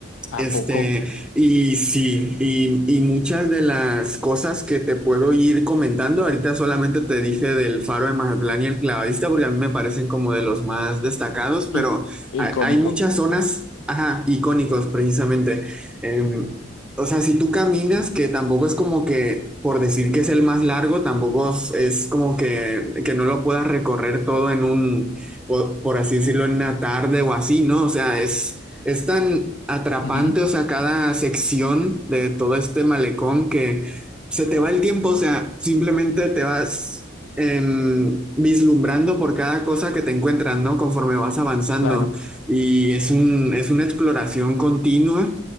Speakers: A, in the centre; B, on the left.
A: Este,
B: ¿a poco?
A: y sí, y, y muchas de las cosas que te puedo ir comentando, ahorita solamente te dije del Faro de Mazatlán y el Clavadista, porque a mí me parecen como de los más destacados,
B: Y,
A: pero
B: icónico.
A: hay, hay muchas zonas, ajá, icónicos precisamente. Em, o sea, si tú caminas, que tampoco es como que, por decir que es el más largo, tampoco es es como que, que no lo puedas recorrer todo en un, por, por así decirlo, en una tarde o así, ¿no? O sea, es... Es tan atrapante,
B: Ujú,
A: o sea, cada sección de todo este malecón que se te va el tiempo, o sea, simplemente te vas em, vislumbrando por cada cosa que te encuentras, ¿no? Conforme vas avanzando.
B: claro,
A: Y es un, es una exploración continua